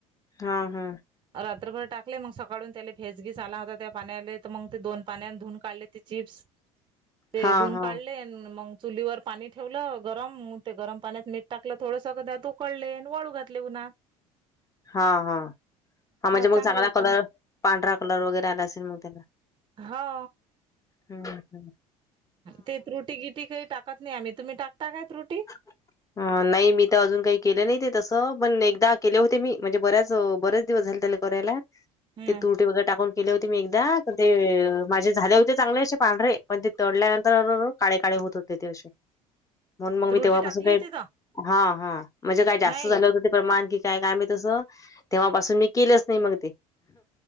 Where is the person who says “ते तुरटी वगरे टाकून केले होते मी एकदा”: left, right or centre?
Left